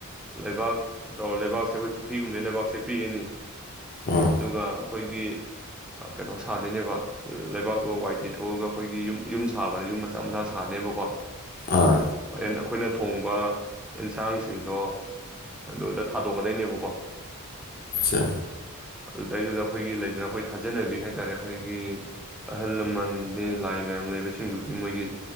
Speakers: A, in the centre; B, on the left.
A: ꯂꯩꯕꯥꯛ ꯇꯧꯔ ꯂꯩꯕꯥꯛꯁꯦ ꯑꯩꯈꯣꯏ ꯄꯨꯈ꯭ꯔꯤꯒꯨꯝꯕꯩ ꯂꯩꯕꯥꯛꯁꯦ ꯄꯦꯛꯑꯅꯤ
B: ꯑꯥ
A: ꯑꯗꯧꯒꯥ ꯑꯩꯈꯣꯏꯒꯤ ꯀꯩꯅꯣ ꯁꯥꯗꯣꯏꯅꯦꯕ ꯂꯩꯕꯥꯛꯇꯨ ꯋꯥꯏ ꯇꯩꯊꯑꯒ ꯑꯩꯈꯣꯏꯒꯤ ꯌꯨꯝ ꯌꯨꯝ ꯁꯥꯕꯅꯦ ꯌꯨꯝ ꯃꯆꯥ ꯃꯆꯥ ꯁꯥꯅꯦꯕꯀꯣ
B: ꯑꯥ
A: ꯍꯣꯔꯦꯟ ꯑꯩꯈꯣꯏꯅ ꯊꯣꯡꯕ ꯑꯦꯟꯁꯥꯡꯁꯤꯡꯗꯣ ꯑꯗꯨꯗ ꯊꯥꯗꯣꯛꯀꯗꯣꯏꯅꯦꯕꯀꯣ
B: ꯑꯆꯥ
A: ꯑꯗꯨꯗꯩꯗꯨꯗ ꯑꯩꯈꯣꯏꯒꯤ ꯂꯩꯗꯅ ꯑꯩꯈꯣꯏ ꯊꯥꯖꯅꯕꯤ ꯍꯥꯏ ꯇꯔꯦ ꯑꯩꯈꯣꯏꯒꯤ ꯑꯍꯜ ꯂꯃꯟꯗꯤ ꯂꯥꯏ ꯃꯌꯥꯝ ꯂꯩꯕꯁꯤꯡꯗꯨꯒꯤ ꯃꯣꯏꯒꯤ